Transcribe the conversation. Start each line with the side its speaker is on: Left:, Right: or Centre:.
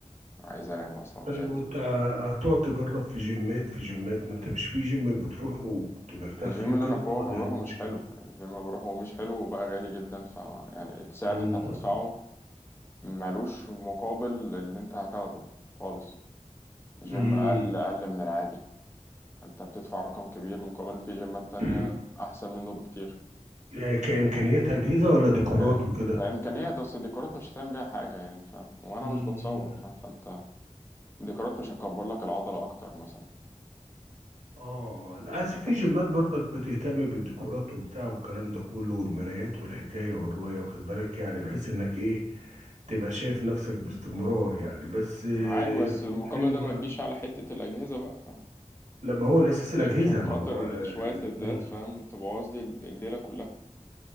Left: عايز أنام أصلا
Right: طيب
Left: مش
Right: وانت آه، هتقعد تجرب في جيمات في جيمات ما انت مش في جيم بتروح وكنت مرتاح
Left: الجيم
Right: فيه وكده
Left: اللي انا فوق
Right: ولا
Left: بروحه
Right: ايه المشكلة
Left: مش حلو الجيم اللي بروحه مش حلو وبقى غالي جدا ف يعني السعر
Right: امم
Left: اللي انت هتدفعه ملوش مقابل اللي انت هتاخده خالص الجيم
Right: امم
Left: اقل اقل من العادي انت بتدفع رقم كبير مقابل ان في جيمات تانية
Right: <clears throat>
Left: احسن منه بكتير
Right: يعني كإمكانيات أجهزة ولا ديكورات
Left: ك-
Right: وكده
Left: كامكانيات اصل الديكورات مش هتعمل بيها حاجه يعني فاهم وانا
Right: امم
Left: مش بتصور فاهم فانت الديكورات مش هتكبر لك العضله اكتر مثلا
Right: اه للأسف في
Left: بس
Right: جيمات برضك بتهتم بالديكورات وبتاع والكلام ده كله والمرايات والحكاية والرواية واخد بالك يعني بحيث انك ايه تبقى شايف نفسك باستمرار يعني بس آه،
Left: معاك بس
Right: في
Left: المقابل
Right: حين
Left: ده ما تجيش على حته الاجهزه بقى فاهم
Right: لا ما هو الأساس
Left: مش
Right: الأجهزة
Left: عشان
Right: ما
Left: خاطر
Right: هو آه،
Left: شوية لدات
Right: مم.
Left: فاهم تبوظ لي الليلة كلها